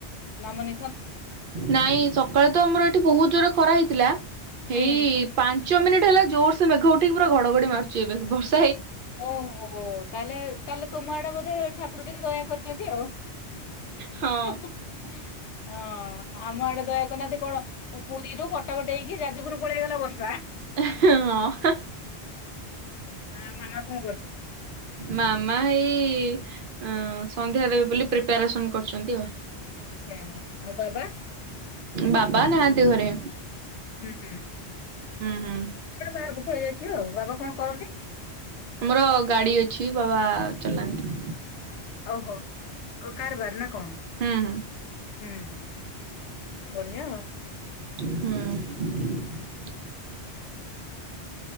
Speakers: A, on the left (about 90°); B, on the right (about 60°).
A: ନାମ ନିିଶାନ
B: ନାଇଁ ସକାଳେ ତ ଆମର ଏଠି ବହୁତ ଜୋର ଖରା ହେଇଥିଲା ହେଇ
A: ହୁଁ।
B: ପାଞ୍ଚ ଚଅ ମିନିଟ୍ ହେଲା ଜୋର୍ ସେ ମେଘ ଉଠେଇକି ପୁରା ଘଡଘଡି ମାରୁଛି ଏବେ ବର୍ସ
A: ଓହୋ ତାହେଲେ ତାହେଲେ ତୁମ ଆଡେ ବୋଧେ ଠାକୁର ଟିକେ ଦୟା କରି ଶତି ଆଉ
B: ହଁ।
A: <unintelligible> ହଁ ଆମ ଆଡେ ଦୟାକରୁନାହାନ୍ତି କଣ ପୁରୀରୁ କଟକ ଡେଇଁକି ଯାଜପୁରରୁ ପଳେଇଗଲା ବର୍ଷା
B: ଇହଁ ହଁ ହାଁ
A: ହଁ ମାମା କଣ କରୁଛନ୍ତି?
B: ମାମା ହେଇ ଆଁ ସନ୍ଧ୍ୟା ଦେବେ ବୋଲି ପ୍ରିପେଆରେସନ୍ କରୁଛନ୍ତି ଆଉ
A: ଆଛା ଆଉ ବାବା?
B: ବାବା ନାହାନ୍ତି ଘରେ
A: ହୁଁ ହୁଁ
B: ହଁ ହୁଁ
A: ସେ ବାହାରକୁ ପଳେଇ ଯାଇଥିବେ ଆଉ ବାବା କଣ କରନ୍ତି?
B: ଆମର ଗାଡି ଅଛି ବାବା ଚଲାନ୍ତି।
A: ଓହୋ ଓ କାର ବାର ନା କଣ?
B: ହୁଁ ହୁ।
A: ହୁଁ ହୁଁ ବଢିଆ ଆଉ।
B: ହୁଁ।